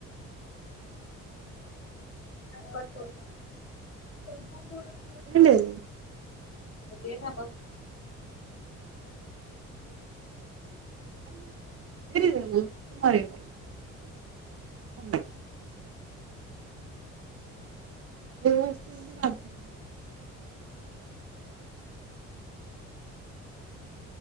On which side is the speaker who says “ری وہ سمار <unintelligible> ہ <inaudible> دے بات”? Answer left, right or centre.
Right